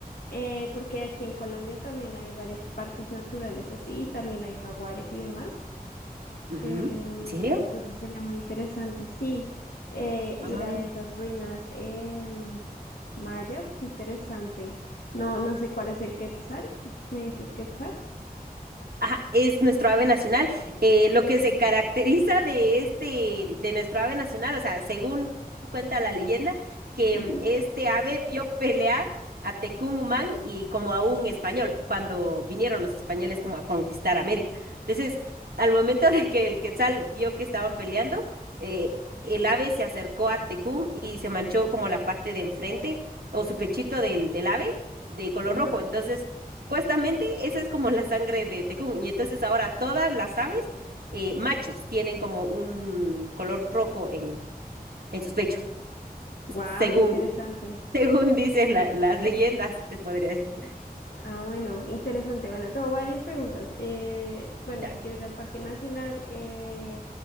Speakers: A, on the left (about 75°); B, on the right (about 80°).
A: eh, porque aquí en Colombia también hay varios parques naturales así, y también hay jaguares y demás.
B: Ujú.
A: Em,
B: ¿En serio?
A: entonces sería muy interesante, sí, eh, ir
B: Ah.
A: a esas ruinas em, mayas, qué interesante. No, no sé cuál es el Quetzal, ¿me dices Quetzal?
B: Ajá, es nuestro ave nacional. Eh, lo que se caracteriza de este, de nuestro ave nacional, o sea, según cuenta la leyenda, que
A: Ujú,
B: mm, este ave vio pelear a Humán y como a un español, cuando vinieron los españoles como a conquistar América. Entonces, al momento de que el Quetzal vio que estaban peleando, eh, el ave se acercó a Tecún y se manchó como la parte de enfrente o su pechito del, del ave de color
A: Ajá.
B: rojo. Entonces, Supuestamente esa es como la sangre de Tekún. Y entonces ahora todas las aves, eh, machos, tienen como un color rojo en, en sus pechos,
A: Wow,
B: según,
A: qué interesante.
B: <laughs> según dicen la- las leyendas, te podría decir.
A: Ah, bueno, interesante. Bueno, tengo varias preguntas. Eh, bueno,
B: Dale.
A: si quiero ir al Parque Nacional, eh,